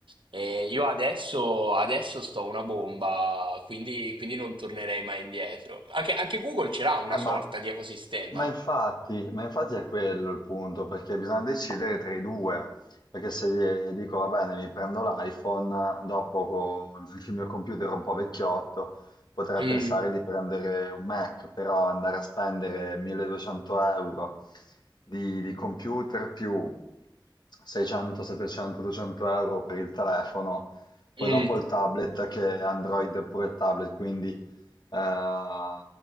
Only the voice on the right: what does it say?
E io adesso, adesso sto una bomba, quindi, quindi non tornerei mai indietro. Anche, anche Google ce l'ha una
sorta
di ecosistema.
Mm,
mm,